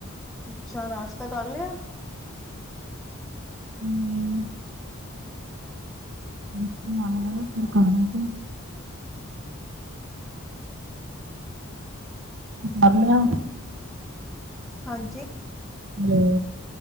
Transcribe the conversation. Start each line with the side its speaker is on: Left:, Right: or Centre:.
Centre: ਅੱਛਾ ਨਾਸ਼ਤਾ ਕਰ ਲਿਆ।
Right: ਹੱਲੇ ਨੀ। ਬੱਚੇ ਆਉਣ ਵਾਲਾ ਫੇਰ ਕਰਾਂਗੇ। ਕਰ ਲਿਆ।
Centre: ਹਾਂਜੀ
Right: ਹੈਲੋ